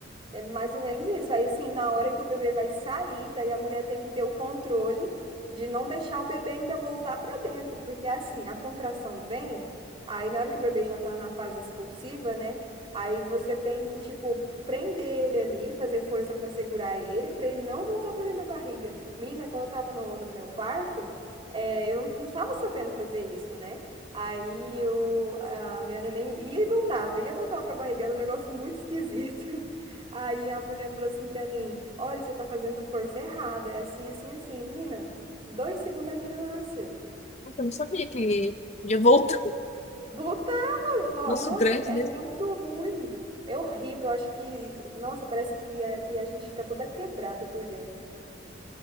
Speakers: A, on the right; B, on the left.
A: É mais ou menos isso. Aí, assim, na hora que o bebê vai sair, daí a mulher tem que ter o controle de não deixar o bebê ainda voltar para dentro, porque assim, a contração vem, aí na hora que o bebê já tá na fase expulsiva, né? Aí você tem que, tipo, prender ele ali, fazer força para segurar ele, para ele não voltar para dentro da barriga. Menina, quando eu tava no, no meu parto, é, eu não, não tava sabendo fazer isso, né? Aí eu, a minha neném ia e voltava, ia e voltava pra barriga, era um negócio muito <laughs> esquisito. Aí a mulher falou assim pra mim: Olha, você tá fazendo força errada. É assim, assim, assim. Menina, dois segundos a menina nasceu.
B: Nossa, eu não sabia que podia voltar.
A: Voltava.
B: <laughs>
A: vo-
B: Nosso
A: Nossa,
B: grande
A: é
B: desse.
A: muito ruim. É horrível. Eu acho que, nossa, parece que, é- que a gente fica toda quebrada por dentro.